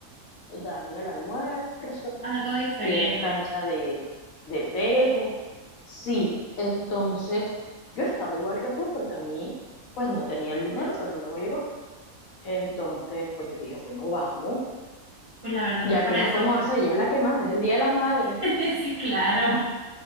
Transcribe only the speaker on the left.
dan el almuerzo,
tienen cancha de, de tejo. Sí, entonces yo estaba igual que tú porque a mí pues no tenía el dinero, pero luego llegó. Entonces, pues yo dije, bueno, vamos,
ya
qué más podemos
hacer, ella es la que manda, es el Día de las Madres.